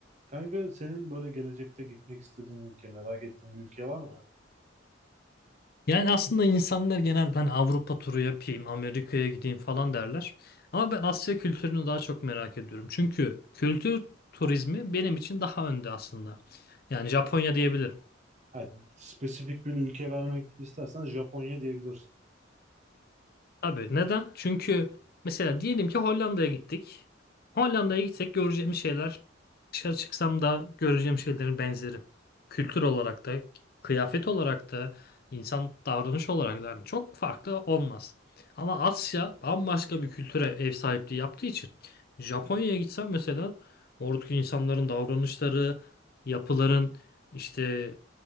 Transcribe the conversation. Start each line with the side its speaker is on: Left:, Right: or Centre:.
Right: Kanka senin böyle gelecekte gitmek istediğin ülke, merak ettiğin bir ülke var mı?
Left: Yani aslında insanlar genel ben Avrupa turu yapayım, Amerika'ya gideyim falan derler. Ama ben Asya kültürünü daha çok merak ediyorum. Çünkü kültür turizmi benim için daha önde aslında. Yani Japonya diyebilirim.
Right: Hani spesifik bir ülke vermek istersen Japonya diyebilirsin.
Left: Abi neden? Çünkü mesela diyelim ki Hollanda'ya gittik. Hollanda'ya gitsek göreceğim şeyler dışarı çıksam da göreceğim şeylerin benzeri. Kültür olarak da, kıyafet olarak da, insan davranış olarak da yani çok farklı olmaz. Ama Asya bambaşka bir kültüre ev sahipliği yaptığı için Japonya'ya gitsem mesela oradaki insanların davranışları, yapıların işte